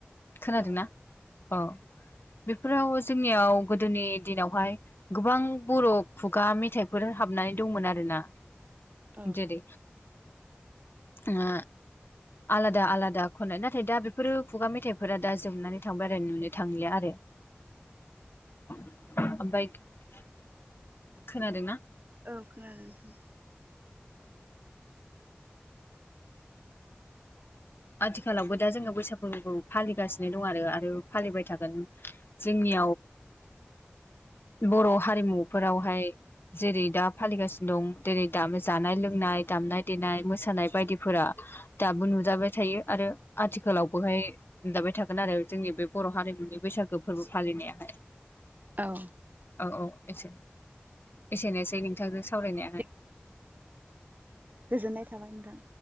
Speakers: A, on the left; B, on the right.
A: खोनादों
B: औ
A: ना औ बे फोराव जोंनियाव गोदोनि दिनावहाय गोबां बर' खुगा मेथाइफोर हाबनानै दं दंमोन आरोना
B: औ
A: जेरै आ आलादा आलादा खननाय नाथाय दा बेफोरो खुगा मेथाइफोरा दा जोबनानै थांबाय आरो नुनो थांलिया आरो ओमफ्राय खोनादोंन
B: औ खोनादोंथ'
A: आथिखालावबो दा जोङो बैसाग फोरबोखौ फालिगासिनो दं आरो आरो फालिबाय थागोन जोंनि बर' हारिमुफोरावहाय जेरै दा फालिगासिनो दं जेरै दा जानाय लोंनाय दामनाय देनाय मोसानाय बायदिफोरा दाबुन नुजाबाय थायो आरो आथिखालावबोहाय दाबाय थागोन आरो जोंनि बे बर' हारिमुनि बैसागो फोरबो फालिनाय मैयाहाय
B: औ
A: औ औ एसे एसेनोसै नोंथांजों सावरायनायाहाय
B: दे गोजोननाय थाबाय नोंथां